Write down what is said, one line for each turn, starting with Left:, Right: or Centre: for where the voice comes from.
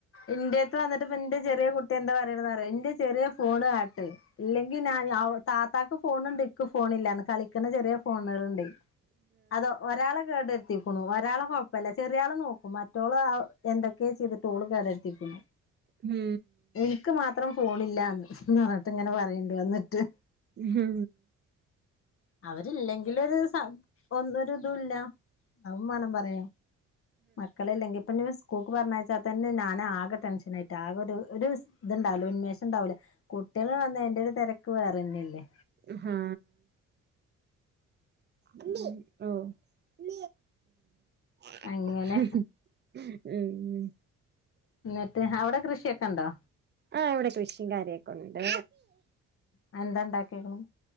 Left: ഇന്റെത്ത് വന്നിട്ട് ഇപ്പൊന്റെ ചെറിയ കുട്ടി എന്താ പറയണ്ന്നറിയോ ഇന്റെ ചെറിയ ഫോണ് കാട്ട് ഇല്ലെങ്കി നാ താ ത്താക്ക് ഫോണുണ്ട് ഇക്ക് ഫോണില്ലാന്ന് കളിക്കണ ചെറിയ ഫോണളുണ്ട് അതോ ഒരാളെ കേടരുത്തിക്കുണു ഒരാളെ കൊഴപ്പല്ല ചെറിയ ആള് നോക്കും മറ്റോള് എന്തൊക്കെ ചെയ്തിട്ടോള് കേടര്ത്തിക്കുണു
Right: മ്മ്
Left: ഇക്ക് മാത്രം ഫോണില്ല ഇന്ന് പറഞ്ട്ട് ഇങ്ങനെ പറയ്ണ്ട് വന്നിട്ട്
Right: മ്മ്ഹ്
Left: അവരില്ലെങ്കിലൊരു സ ഒ ഒരു ഇതൂല്ല അവും വേണം പറയാൻ മക്കളില്ലെങ്കിപിന്നെ സ് കൂക്ക് പറഞ്ഞച്ചാ തന്നെ നാൻ ആകെ ടെൻഷനായിട്ട ആകെ ഒരു ഒരു ഇത്ണ്ടാവൂല ഒരുന്മേഷം ഉണ്ടാവൂലേ കുട്ട്യാൾ വന്ന അയിന്റൊരു തെരക്ക് വേറെന്നല്ലേ
Right: മ്മ്ഹ്ഹ് അല്ലെ ഓ ഉം അല്ലെ
Left: അങ്ങനെ
Right: മ് മ്മ്
Left: എനിട്ട് അവിടെ കൃഷിയൊക്കെണ്ടോ
Right: ആഹ ഇവിടെ കൃഷിം കാര്യൊക്കെ ഒണ്ട്
Left: അയെന്തണ്ടാക്കിക്കണ്